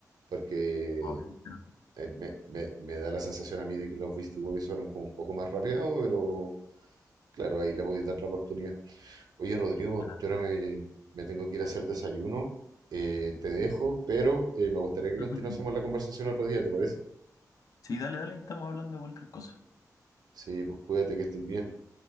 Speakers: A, on the right (about 80°); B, on the left (about 60°).
A: porque
B: No, Obviamente no.
A: eh, me, me- me da la sensación a mí de que los Beastie Boys suenan como un poco más rapeados, pero claro, ahí le voy a dar la oportunidad. Oye, Rodrigo,
B: Claro.
A: yo ahora me, me tengo que ir a hacer desayuno, eh, te dejo, pero eh, me gustaría que
B: <clears throat>
A: continuásemos la conversación otro día, ¿te parece?
B: Sí, dale, dale, estamos hablando de cualquier cosa.
A: Sí, pues cuídate que estés bien.